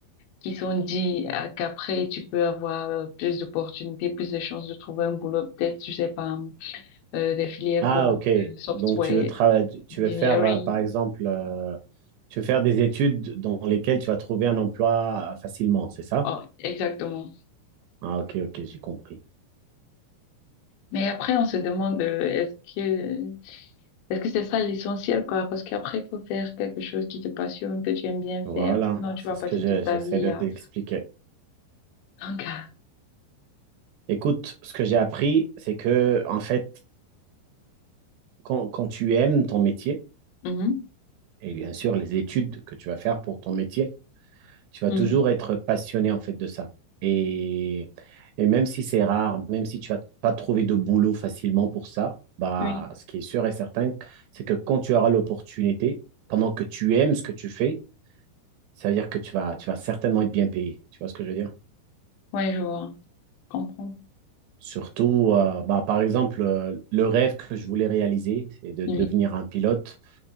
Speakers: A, on the left; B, on the right.
A: qui sont dit euh, qu'après, tu peux avoir euh, plus d'opportunités, plus de chances de trouver un boulot, peut-être, je sais pas, euh, des filières
B: Ah,
A: comme
B: ok.
A: euh, software,
B: Donc, tu veux trava- tu
A: engineering.
B: veux faire, euh, par exemple, euh, tu veux faire des études dans lesquelles tu vas trouver un emploi euh, facilement, c'est ça?
A: Oh, exactement.
B: Ah, ok, ok, j'ai compris.
A: Mais après, on se demande, euh, est-ce que, est-ce que c'est ça l'essentiel, quoi? Parce qu'après, il faut faire quelque chose qui te passionne, que tu aimes bien
B: Voilà,
A: faire. Sinon, tu
B: c'est
A: vas
B: ce
A: passer
B: que je-
A: toute ta
B: j'essaie
A: vie
B: de
A: à...
B: t'expliquer.
A: <laughs> Donc, euh,
B: Écoute, ce que j'ai appris, c'est que, en fait, quand, quand tu aimes ton métier,
A: mhm,
B: et bien sûr, les études que tu vas faire pour ton métier, tu vas
A: mhm,
B: toujours être passionné en fait de ça. Et, et même si c'est rare, même si tu vas pas trouver de boulot facilement pour ça, bah,
A: oui.
B: ce qui est sûr et certain, c'est que quand tu auras l'opportunité, pendant que tu aimes ce que tu fais, ça veut dire que tu vas, tu vas certainement être bien payé. Tu vois ce que je veux dire?
A: Ouais, je vois. Je comprends.
B: Surtout, euh, bah, par exemple, euh, le rêve que je voulais réaliser, c'est de
A: Oui.
B: devenir un pilote.